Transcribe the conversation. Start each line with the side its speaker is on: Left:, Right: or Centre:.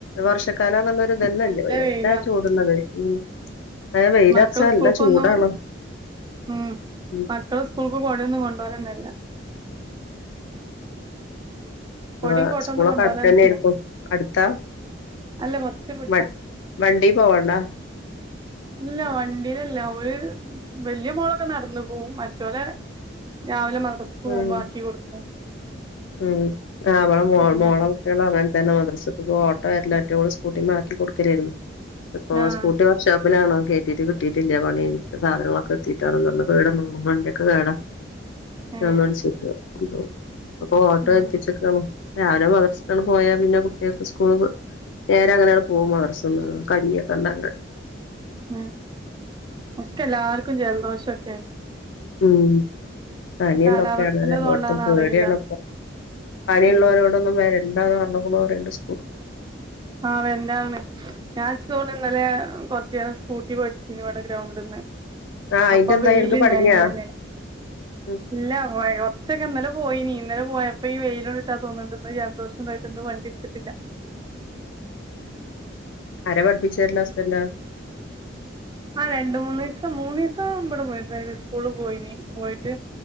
Left: വർഷക്കാലാന്നുള്ളൊരു ഇതെന്നെല്ല
Right: നല്ല
Left: എന്താ
Right: വെയിലാണ്
Left: ചൂട് ന്നറീയോ അത വെയിലൊർച്ച
Right: മക്കള്
Left: നല്ല
Right: സ്കൂൾക്കൊന്നും
Left: ചൂടാണ്
Right: ഉം
Left: ഉം
Right: മക്കള് സ്കൂൾക്ക് കൊടെന്നുകൊണ്ടോലെന്നെല്ലാ കൊടിൻ
Left: ആഹ്
Right: കോട്ടൊന്നും
Left: സ്കൂളൊക്കെ
Right: കൊണ്ടോലെന്നെല്ല
Left: അടുത്തന്നെയായിരിക്കും അടുത്താ
Right: അല്ല കൊർച്ച്‌ വുട്ട
Left: വ വണ്ടി പോവണ്ടാ
Right: ഇല്ല വണ്ടീലല്ല ഓല് വല്ല്യ മോളൊക്കെ നടന്നു പോകും മറ്റോലെ രാവിലെ മദ്- ഇപ്പ സ്കൂമാക്കി
Left: ഉം
Right: കൊടുക്കും
Left: ഉം ആ അവള മോ
Right: പിന്നെ
Left: മോള കുട്ടികളും അങ്ങനെ ത ന്നെ മദ്രസക്ക് പോവാൻ ഓട്ടോ വരില്ല <unintelligible> സ്കൂട്ടീമേ ആക്കികൊടുക്കലായിരുന്നു. ഇപ്പോ
Right: ആഹ്
Left: സ്കൂട്ടി വർക്ഷാപ്പിലാണ്. കയറ്റീട്ട് കിട്ടിട്ടില്ല പണി കഴിഞ്ഞിട്ട് സാധനങ്ങളൊക്കെ എത്തിട്ടാണന്ന് <unintelligible> വണ്ടിയൊക്കെ കേടാ
Right: ഏഹ്
Left: <unintelligible> അപ്പൊ ഓട്ടോ
Right: ഉം
Left: എൽപ്പിച്ചേക്കേണ്. രാവിലെ മദ്രസക്കങ്ങട് പോയാ പിന്നെ കുട്ടികൾക്ക് സ്കൂൾ നേരെ അങ്ങനെയങ്ങട് പോകും മദ്രസ്ന്ന് കഞ്ഞിയൊക്കെ ഇണ്ടാക്കാൻ
Right: ഉം ഒക്കെ എല്ലാർക്കും ജലദോഷൊക്കെ
Left: ഉം പനി
Right: കാലാവസ്ഥന്റെത്
Left: എന്തൊക്കെയാണ് എല്ലോടത്തും
Right: കൊണ്ടാന്ന്
Left: പേടിയാണ്.
Right: അറിയില്ല
Left: പനിയുള്ളവരോടൊന്നും
Right: ഉം
Left: വരെ ണ്ടാന്ന് പറഞ്ഞേക്കണു രണ്ടു സ്
Right: ആ വെരണ്ടാ പറഞ്ഞു ഞാൻ സ്കൂ ഇന്നലെ കൊറച്ച്നേരം സ്കൂട്ടി പടിച്ചിനു ഇവിടെ ഗ്രൗണ്ടിന്ന്.
Left: ആഹ് അയിന്റെ
Right: അപ്പൊ
Left: എന്തായി
Right: വെയിൽ
Left: അനക്ക്
Right: ഇണ്ടായി
Left: പടിഞ്ഞാ
Right: ഇന്നലെ
Left: ഉം
Right: ഇല്ല കുറച്ചൊക്കെ പോയി നീ ഇന്നല പോയപ്പോ ഈ വെയിലൊണ്ടിട്ടാ തോന്നിണ്ട് ഇന്ന് ജലദോഷം ഇണ്ടായിട്ടിണ്ട് വണ്ടി ഇടുത്തിട്ടില്ല.
Left: ആരാ പഠിപ്പിച്ചെരല് ഹസ്ബന്റാ?
Right: ആഹ് രണ്ട മൂന്ന് ദിവസം മൂന്ന് ദിവസം ഇവിടെ പോയി ഡ്രൈവിങ്ങ് സ്കൂള് പോയി പോയിട്ട്